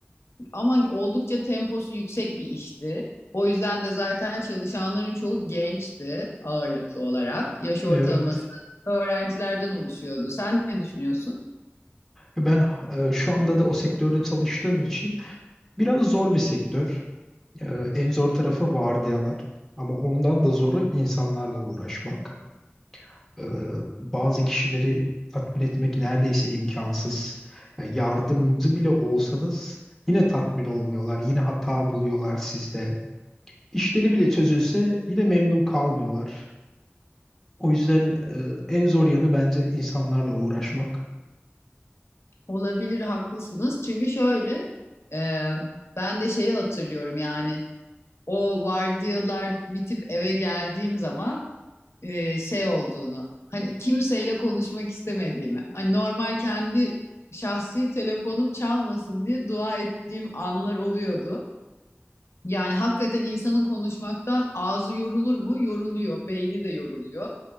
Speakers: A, on the left (about 75°); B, in the centre.
A: ama oldukça temposu yüksek bir işti. O yüzden de zaten çalışanların çoğu gençti ağırlıklı olarak. Yaş ortalaması
B: Evet,
A: öğrencilerden oluşuyordu. Sen ne düşünüyorsun?
B: ben e, şu anda da o sektörde çalıştığım için biraz zor bir sektör. E, en zor tarafı vardiyalar. Ama ondan da zoru insanlarla uğraşmak. E, bazı kişileri tatmin etmek neredeyse imkansız. Yani yardımcı bile olsanız yine tatmin olmuyorlar. Yine hata buluyorlar sizde. İşleri bile çözülse yine memnun kalmıyorlar. O yüzden e, en zor yanı bence insanlarla uğraşmak.
A: Olabilir, haklısınız. Çünkü şöyle, e, ben de şeyi hatırlıyorum yani o vardiyalar bitip eve geldiğim zaman e, şey olduğunu hani kimseyle konuşmak istemediğimi hani normal kendi şahsi telefonum çalmasın diye dua ettiğim anlar oluyordu. Yani hakikaten insanın konuşmaktan ağzı yorulur mu? Yoruluyor, beyni de yoruluyor.